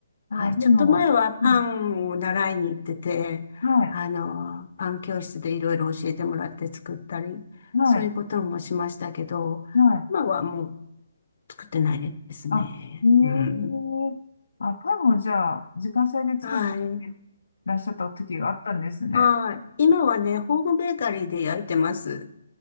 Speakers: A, on the left; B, on the left.
A: あー、
B: はい。ちょっと前はパンを習いに行ってて、
A: でも、うん。はい、
B: あの、パン教室でいろいろ教えてもらって作ったり、
A: はい、
B: そういうこともしましたけど、
A: はい。
B: 今はもう作ってないですね。
A: あ、へえ。
B: うん。
A: あ、パンもじゃあ、自家製で作って
B: はい。
A: らっしゃった時があったんですね。
B: はい。今はね、ホームベーカリーで焼いてます。